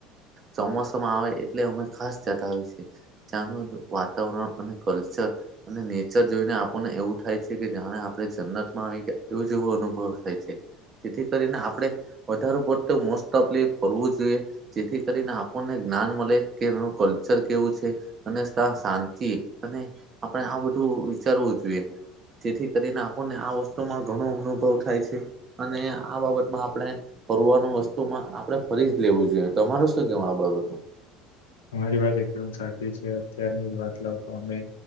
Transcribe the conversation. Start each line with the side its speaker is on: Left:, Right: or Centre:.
Right: ચોમાસામાં આવે એટલે અમે ખાસ જતા હોય છે ત્યાંનું વાતાવરણ અને કલ્ચર અને નેચર જોઈને આ પણ એવું થાય છે કે જાણે આપણે જન્નતમાં આવી ગયા એવું જેવો અનુભવ થાય છે જેથી કરીને આપણે વધાર પડતો મોસ્ટ ઓફલી ફરવું જોઈએ જેથી કરીને આપણને જ્ઞાન મલે કેનો કલ્ચર કેવું છે અને ત્યાં શાંતિ અને આપણે આ બધું વિચારવું જોઈએ. જેથી કરીને આપણને આ વસ્તુમાં ઘણો અનુભવ થાય છે અને આ બાબતમાં આપણે ફરવાનું વસ્તુમાં આપણે ફરી જ લેવું જોઈએ. તમારું શું કેવું આ બાબતમાં?
Left: અમારી વાત એકદમ સાચી છે. અત્યારની જ વાત લાવ તો અમે